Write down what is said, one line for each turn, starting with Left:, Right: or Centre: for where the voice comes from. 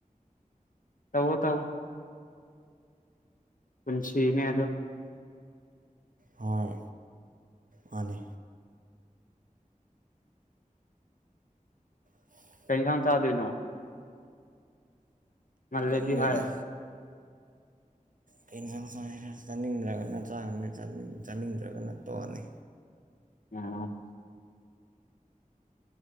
Left: ꯇꯧꯋꯣ ꯇꯧꯋꯣ ꯄꯨꯟꯁꯤꯅꯦ ꯑꯗꯣ
Right: ꯍꯣꯏ ꯃꯥꯅꯦ ꯑ <unintelligible>
Left: ꯀꯩ ꯌꯦꯟꯁꯥꯡ ꯆꯥꯗꯣꯏꯅꯣ ꯉꯥꯜꯂꯦꯗꯤ
Right: ꯈꯪꯗ꯭ꯔꯦꯗ
Left: ꯍꯥꯏ
Right: ꯀꯩ ꯌꯦꯟꯁꯥꯡ ꯆꯁꯤꯔ ꯆꯥꯅꯤꯡꯗ꯭ꯔꯒꯅ ꯆꯥꯒꯅꯤ ꯆꯥꯅꯤꯡꯗ꯭ꯔꯒꯅ ꯇꯣꯛꯑꯅꯤ
Left: ꯎꯝ